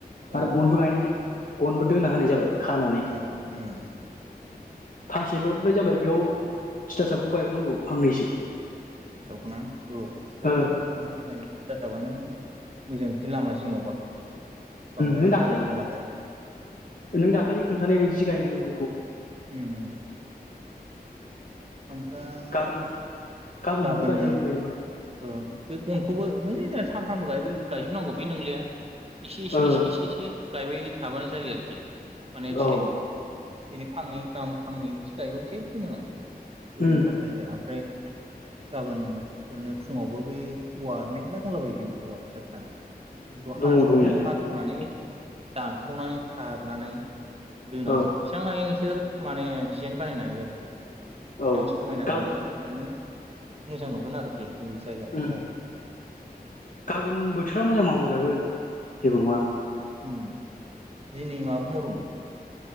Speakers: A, on the right; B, on the left.
A: औ
B: आरो गन्दबो गायनाय जाया गनबो दोना होनाय जाबाय खानानै
A: ए उम उम
B: फांसेल'द्राय जाबाय बेयाव थिथासाबखौ गायबावनांगौ फांनैसो
A: थिथा साबखौ ना औ थिथा
B: ओ
A: साबखौनांगोन गायनो <unintelligible> फिथासाबानो मोजां बिदि लामा जिङावबा बांद्राय
B: नों दाखालि
A: दालाय दाला गाया
B: नों दाखालि खोन्थानाय बायदि सो गायनांगौ बेखौ
A: उम उम ओमफ्राय
B: गाबोन
A: गाबोन
B: समफोर गायजागोन गायोबा
A: ओ बे गनखौबो नै जा सामफ्रामबो गाबाय गायजोबनांगौ बे नोंलिया इसि इसि
B: ओ
A: इसे इसे इसे गायबाय थाबानो जायो आरोखि माने दिनै
B: औ
A: दिनै फांनै गाहाम फांनै बिदि गायोबाबो जेबो नोङा
B: उम
A: ओरैनो थास्लायस्लाय ओमफ्राय गाबोन ओरैनो फुङावबो बै औवा मेरला दंलाबायो जोंनाव औवा फिसा फिसानै बेखौ
B: दङ
A: हास'दो
B: दंनायालाय
A: हास'नानै दानखावनानै फारनानै दोना
B: ओ
A: होयो एसबांहायो बिखो माने डिजाइन बानायनो हायो आरोखि बेसेबां
B: औ
A: समायना
B: गाबोन
A: बानायगोन एसेबांनो मोजां नुगोन आरोखि जों बे जायगाखौ
B: उम
A: माव
B: गाबोन बोथोरा मोजां मावजागोन जेबो नङा
A: उम दिनै माबाफोर मावदोंमोन